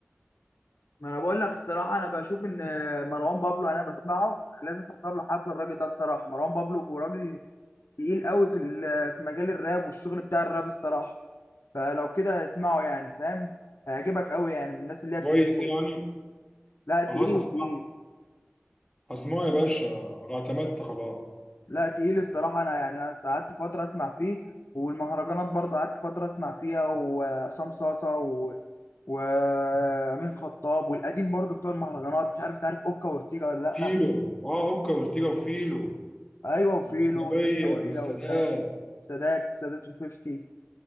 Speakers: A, on the left; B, on the left.
A: ما انا بقول لك الصراحه انا بشوف ان مروان بابلو انا بسمعه لازم تحضر له حفله الراجل ده بصراحه مروان بابلو راجل تقيل قوي في ال- في مجال الراب والشغل بتاع الراب الصراحه فلو كده اسمعه يعني فاهم هيعجبك قوي يعني من الناس اللي هي
B: كويس
A: تقيل قوي.
B: يعني
A: لا تقيل
B: خلاص هسمعه
A: تقيل
B: هسمعه يا باشا انا اعتمدت خلاص
A: لا تقيل الصراحه انا يعني أنا قعدت فتره اسمع فيه والمهرجانات برضه قعدت فتره اسمع فيها وعصام صاصه و... وامين خطاب والقديم برضه بتوع المهرجانات مش عارف تعرف اوكا واورتيجا ولا لا
B: فيلو اه هوكا وارتيجا وفيلو
A: ايوه وفيلو
B: والأجنبية
A: والدخلاويه
B: والسادات
A: والكلام من السادات السادات وفيفتي